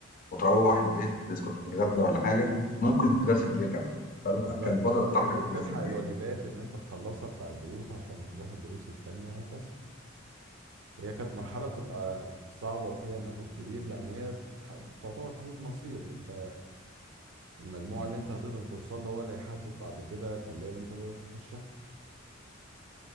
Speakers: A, on the left; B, on the right.
A: وتروح البيت اذا كنت هتتغدى ولا حاجه ممكن يكون في درس بالليل كمان فكان
B: بالظبط
A: فتره
B: اه
A: طحن
B: يا دوب
A: كلها
B: تلحق
A: سلبيه
B: الواجبات ان انت تخلصها بتاع الدروس عشان تروح الدروس التانية وهكذا هي كانت مرحلة بتبقى صعبة وفيها مجهود كبير لأن هي تح- تعتبر تحديد مصير أنت المجموع اللي أنت هتقدر توصل له هو اللي هيحدد بعد كده الكلية اللي أنت تقدر تخشها